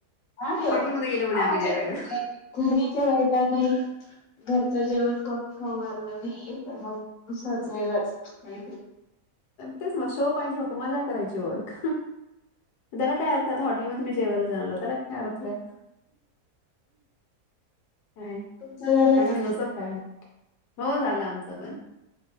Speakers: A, on the left; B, on the left.
A: नाही नाही
B: हॉटेलमध्ये
A: बाण
B: गेलो म्हणे आम्ही जेवायला.
A: म्हे घरीच राहिला नाही घरचं जेवण कमी खाऊ घाललं नाही पण मग दुसरंच
B: हां,
A: वेगळंच माह
B: तेच मग शो पाहिजे ब मजा करायची बघ एक त्याला काय अर्थ आहे आता हॉटेल मध्ये तुम्ही जेवायला जाणार त्याला काय अर्थ आहे का चांगलं
A: तुमचं झालं का?
B: नुस फड हो झालं आमचं पण